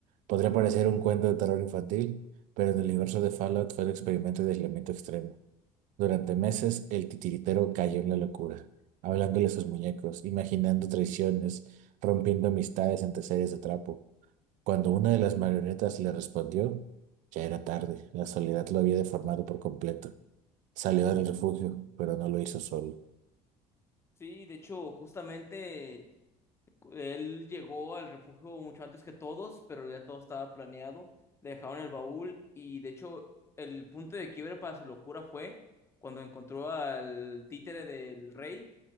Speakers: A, on the right; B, on the left.
A: Podría parecer un cuento de terror infantil, pero en el universo de Fallout fue un experimento de aislamiento extremo. Durante meses, el titiritero cayó en la locura, hablándole a sus muñecos, imaginando traiciones, rompiendo amistades ante series de trapo. Cuando una de las marionetas le respondió, ya era tarde, la soledad lo había deformado por completo. Salió del refugio, pero no lo hizo solo.
B: sí, de hecho, justamente él llegó al refugio mucho antes que todos, pero ya todo estaba planeado. Le dejaron el baúl y de hecho el punto de quiebre para su locura fue cuando encontró al títere del rey